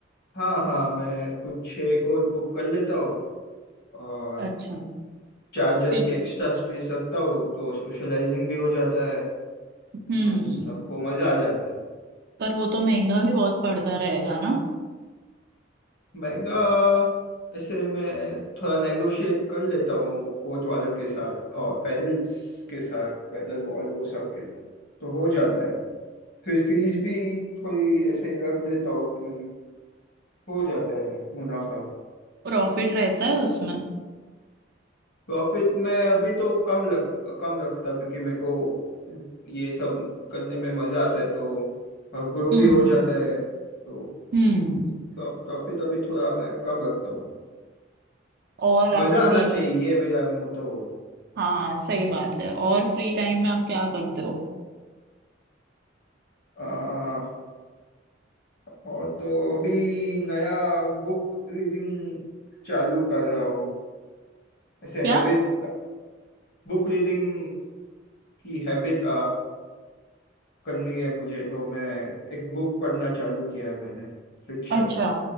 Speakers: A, on the left (about 55°); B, on the right (about 55°).
A: हाँ हाँ मैं कुछ छः कोड बुक कर लेता हूँ और
B: अच्छा
A: चार जन
B: फिर-
A: की एक्स्ट्रा स्पेस रखता हूँ तो सोशलाइजिंग भी हो जाता है
B: हम्म
A: मस्त सबको मज़ा आ जाता है
B: पर वो तो महंगा भी बहुत पड़ता रहेगा ना
A: महंगा ऐसे मैं थोड़ा नेगोशिएट कर लेता हूँ कोर्ट वालों के साथ और पैडल्स के साथ पैडल बॉल वो सब के साथ तो हो जाता है फिर फीस भी थोड़ी ऐसे ही रख देता हूँ कि हो जाता है मुनाफा
B: प्रॉफिट रहता है उसमें
A: प्रॉफिट मैं अभी तो कम लग कम रखता हूँ क्योंकि मेरे को ये सब करने में मज़ा आता है तो ग्रो भी
B: हम्म
A: हो जाता है तो
B: हम्म
A: प्रॉफिट अभी थोड़ा मैं कम रखता हूँ
B: और आप
A: मज़ा
B: फ्री
A: आना चाहिए ये मेरा मोटो
B: हाँ सही बात है और फ्री टाइम में आप क्या करते हो
A: आ, और तो अभी नया बुक रीडिंग चालू कर रहा हूँ ऐसे
B: क्या
A: हैबिट बुक रीडिंग की हैबिट करनी है मुझे तो मैं एक बुक पढ़ना चालू किया है मैंने फिक्शन
B: अच्छा